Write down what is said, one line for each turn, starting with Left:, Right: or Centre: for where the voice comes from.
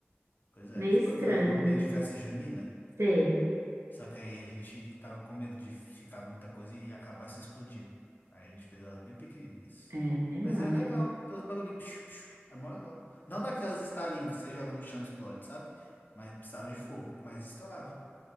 Left: Pois é,
Right: Meio
Left: tipo
Right: estranho,
Left: aquelas bombinhas
Right: mas
Left: de festa junina.
Right: sei.
Left: Só que aí a gente tava com medo de ficar muita coisa e acabar se explodindo. Aí a gente fez elas bem pequenininhas.
Right: É melhor,
Left: Mas é
Right: né?
Left: legal, tem uns bagulhinhos. psiu, psiu, É mó legal. Não daquelas Starlink que você joga no chão e explode, sabe? Mas precisava de fogo, mas estourava.